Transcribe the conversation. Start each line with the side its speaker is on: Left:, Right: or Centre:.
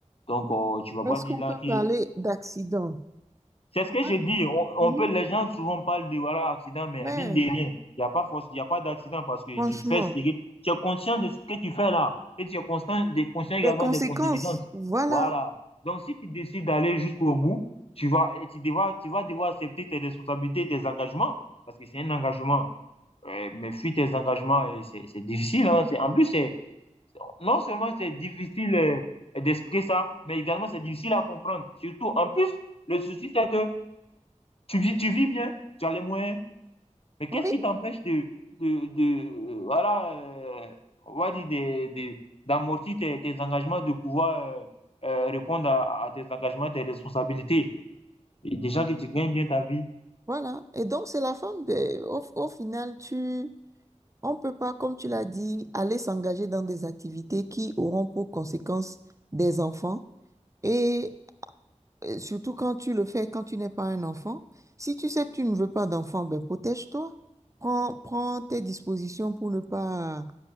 Left: Donc, euh, tu vas
Right: Est-ce
Left: pas dire
Right: qu'on
Left: là
Right: peut
Left: que,
Right: parler d'accident?
Left: c'est ce
Right: Ouais,
Left: que je dis. On,
Right: oui,
Left: on peut, les gens souvent parlent de voilà, accident, mais
Right: ouais,
Left: mine de rien, il n'y a pas force, il a pas d'accident parce que
Right: franchement.
Left: tu fais ce que tu es conscient de ce que tu fais là. Et tu es conscient de, conscient également
Right: Les conséquences,
Left: des conséquences.
Right: voilà.
Left: Voilà. Donc, si tu décides d'aller jusqu'au bout, tu vas, et tu, devras, tu vas devoir accepter tes responsabilités, tes engagements, parce que c'est un engagement. Euh, mais fuis tes engagements, c'est difficile. Hein. C'est- En plus, c'est non seulement c'est difficile euh, d'expliquer ça, mais également c'est difficile à comprendre. Surtout, en plus, le souci, c'est que tu vis, tu vis bien, tu as les moyens, mais qu'est-ce
Right: Oui,
Left: qui t'empêche de, de, de, euh, voilà, euh, on va dire, de- de- d'amortir tes, tes engagements, de pouvoir euh, euh, répondre à, à tes engagements, tes responsabilités. Et déjà que tu gagnes bien ta vie,
Right: voilà. Et donc, c'est la femme. de- Au, au final, tu, on peut pas, comme tu l'as dit, aller s'engager dans des activités qui auront pour conséquence des enfants. Et Et surtout quand tu le fais, quand tu n'es pas un enfant. Si tu sais que tu ne veux pas d'enfant, ben protège-toi. Prends, prends tes dispositions pour ne pas